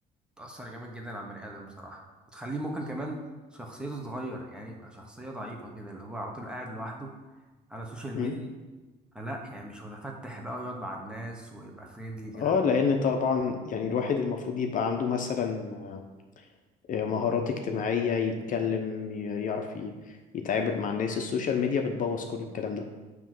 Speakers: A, in the centre; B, on the left.
A: بتأثر جامد جدا على البني آدم بصراحة وتخليه ممكن كمان شخصيته تتغير يعني يبقى شخصية ضعيفة كده اللي هو على طول قاعد لوحده على السوشيال
B: امم
A: ميديا فلا يعني مش متفتح بقى ويقعد مع الناس ويبقى فريندلي كده
B: اه لان طبعا يعني الواحد المفروض يبقى عنده مثلا آه، مهارات اجتماعية يتكلم ي- يعرف ي- يتعامل مع الناس السوشيال ميديا بتبوظ كل الكلام ده